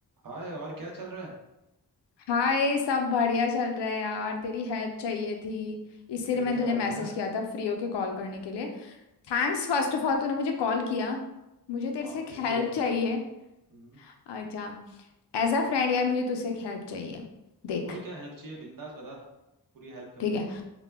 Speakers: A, on the right; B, on the left.
A: हाय और क्या चल रहा है
B: हाय सब बढ़िया चल रहा है यार तेरी हेल्प चाहिए थी इसीलिए
A: क्यों
B: मैंने
A: क्या
B: तुझे
A: हो
B: मैसेज
A: गया
B: किया था फ्री होके कॉल करने के लिए थैंक्स फर्स्ट ऑफ ऑल तूने मुझे कॉल किया मुझे तेरे
A: ऑब्वियसली
B: से एक हेल्प
A: करूंगा
B: चाहिए
A: यार हम्म
B: अच्छा एज अ फ्रेंड यार मुझे तुझसे एक हेल्प चाहिए देख
A: बोल क्या हेल्प चाहिए बिंदास बता पूरी हेल्प करूंगा
B: ठीक है
A: मैं